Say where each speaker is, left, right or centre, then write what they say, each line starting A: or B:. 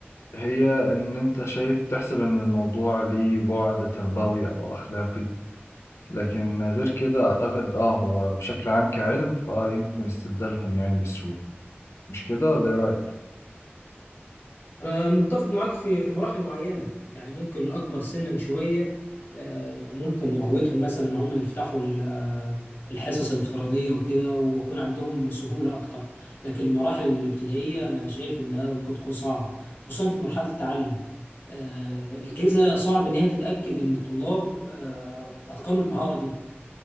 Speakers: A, on the left (about 85°); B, on the left (about 60°).
A: هي إن أنت شايف تحسب إن الموضوع ليه بعد تربوي أو أخلاقي لكن غير كده أعتقد آه هو بشكل عام كعلم فآه يمكن استبدالهم يعني بسهولة مش كده ولا إيه رأيك؟
B: أنا متفق معاك في في مراحل معينة يعني ممكن الأكبر سنا شوية آه، ممكن نعودهم مثلا إن هم يفتحوا ال- آه، الحصص الافتراضية وكده ويكون عندهم سهولة أكتر لكن المراحل الابتدائية أنا شايف إنها ممكن تكون صعب خصوصا في مرحلة التعلم آه، الأجهزة صعب إن هي تتأكد إن الطلاب آه، أتقنوا المهارة دي